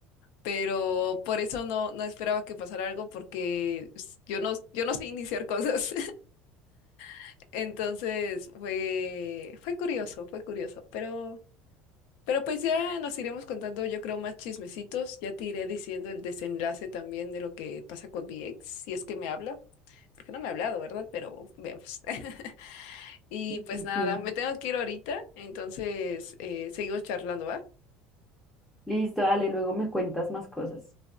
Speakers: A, on the left (about 75°); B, in the centre.
A: pero por eso no, no esperaba que pasara algo porque pues, yo no, yo no sé iniciar cosas. <laughs> Entonces fue, fue curioso, fue curioso, pero, pero pues ya nos iremos contando, yo creo, más chismecitos. Ya te iré diciendo el desenlace también de lo que pasa con mi ex, si es que me habla, porque no me ha hablado, ¿verdad? Pero vemos. <laughs> Y
B: Ujú.
A: pues nada, me tengo que ir ahorita, entonces eh, seguimos charlando, ¿va?
B: Listo, dale, luego me cuentas más cosas.